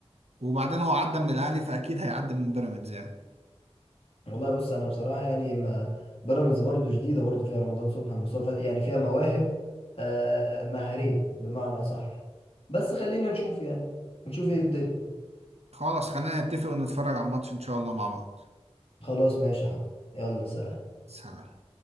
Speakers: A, on the right; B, on the left.
A: وبعدين هو عدى من الاهلي فاكيد هيعدي من بيراميدز يعني
B: والله بص انا بصراحه يعني ما بيراميدز برضو جديده برضو فيها رمضان صبحي مصطفى يعني فيها مواهب آه، آه، آه، مهاريه بمعنى صح بس خلينا نشوف يعني نشوف ايه الدنيا
A: خلاص خلينا نتفق ونتفرج على الماتش ان شاء الله مع بعض
B: خلاص ماشي يا حب يلا سلام
A: سلام